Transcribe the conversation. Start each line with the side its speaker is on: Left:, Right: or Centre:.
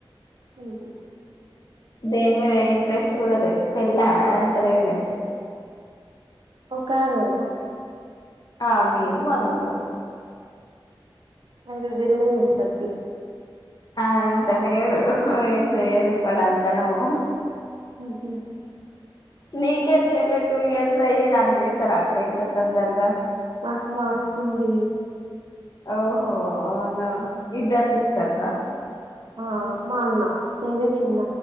Right: మ్మ్ హ్మ్
Left: దీని మీద ఇంట్రెస్ట్ చూడలే పెళ్ళ ఆ అంత లేదులే
Right: ఒక దానివే గద
Left: ఆ నేను మా తమ్ముడు
Right: అయితే లేట్ గానే చేస్తారు తీయ్యి
Left: ఆ అంత లేదు చేయరు ఇపుడు అంతలో ఆహా
Right: <unintelligible>
Left: నీకే జేలే టూ ఇయర్స్ అయి నాక్ జేస్తర అక్క ఇంత తొందర్గా
Right: నాకు మా అక్క ఉంది.
Left: ఓహో అవునా ఇద్దరు సిస్టర్స్ హ
Right: ఆ మా అన్న నేనే చిన్న